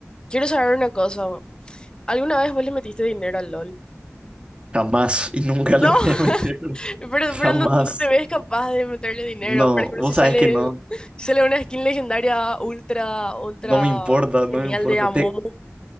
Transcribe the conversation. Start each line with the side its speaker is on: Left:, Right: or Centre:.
Left: quiero saber una cosa. ¿Alguna vez vos le metiste dinero al LOL?
Right: Jamás y nunca
Left: No,
Right: le voy
Left: <laughs>
Right: a meter.
Left: pero,
Right: Jamás.
Left: pero no, no te ves capaz de meterle dinero.
Right: No,
Left: Por ejemplo,
Right: vos
Left: si sale,
Right: sabés que no,
Left: si sale una skin legendaria ultra, ultra
Right: no me importa, no
Left: genial
Right: me importa.
Left: de Amomo.
Right: Te-